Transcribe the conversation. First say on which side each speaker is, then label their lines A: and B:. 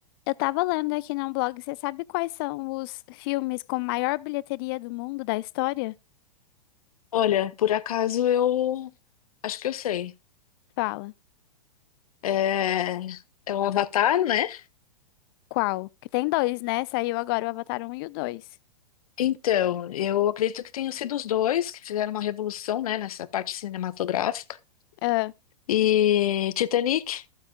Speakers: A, on the left; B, on the left.
A: Eu tava lendo aqui num blog, você sabe quais são os filmes com maior bilheteria do mundo da história?
B: Olha, por acaso eu acho que eu sei.
A: Fala.
B: É, é o Avatar, né?
A: Qual? Que tem dois, né? Saiu agora o Avatar um e o dois.
B: Então, eu acredito que tenham sido os dois que fizeram uma revolução, né, nessa parte cinematográfica.
A: Ah,
B: E Titanic